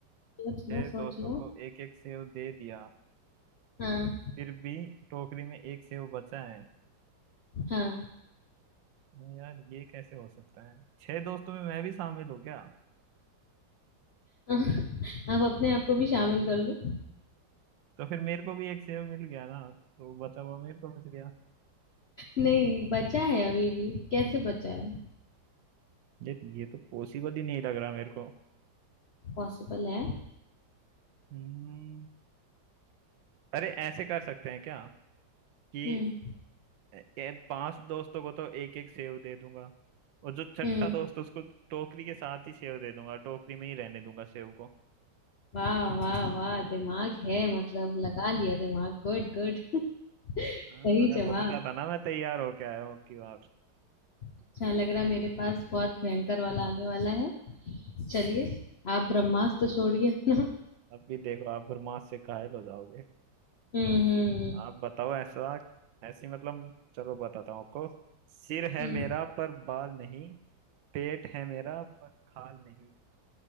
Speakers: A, on the left (about 70°); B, on the right (about 80°).
A: सोच
B: छह
A: लो सोच
B: दोस्तों
A: लो
B: को एक एक सेव दे दिया
A: हाँ
B: तो फिर भी टोकरी में एक सेव बचा है
A: हाँ
B: हम्म, यार ये कैसे हो सकता है छह दोस्तों में मैं भी शामिल हूँ क्या
A: <laughs> आप अपने आप को भी शामिल कर लो
B: तो फिर मेरे को भी एक सेव मिल गया ना तो बचा हुआ मेरे को बच गया
A: नहीं बचा है अभी भी कैसे बचा है
B: ये ये तो पॉसिबल ही नहीं लग रहा मेरे को
A: पॉसिबल है
B: हम्म, अरे ऐसे कर सकते हैं क्या कि
A: हम्म
B: ए- ए- पांच दोस्तों को तो एक एक सेव दे दूंगा और जो छठा
A: हम्म
B: दोस्त उसको टोकरी के साथ ही सेव दे दूंगा टोकरी में ही रहने दूंगा सेव को
A: वाह वाह वाह दिमाग है मतलब लगा लिया दिमाग गुड गुड <laughs> सही
B: हाँ मैं
A: जवाब
B: बोल रहा था ना मैं तैयार होके आया हूँ आपकी बार
A: अच्छा लग रहा है मेरे पास बहुत भयंकर वाला आने वाला है चलिए आप ब्रह्मास्त्र छोड़िए अपना <laughs>
B: अब भी देखो आप बर्मास से घायल हो जाओगे हम्म,
A: हम्म हम्म
B: आप बताओ ऐसा ऐसी मतलब चलो बताता हूँ आपको सिर है
A: हम्म।
B: मेरा पर बाल नहीं पेट है मेरा पर खाल नहीं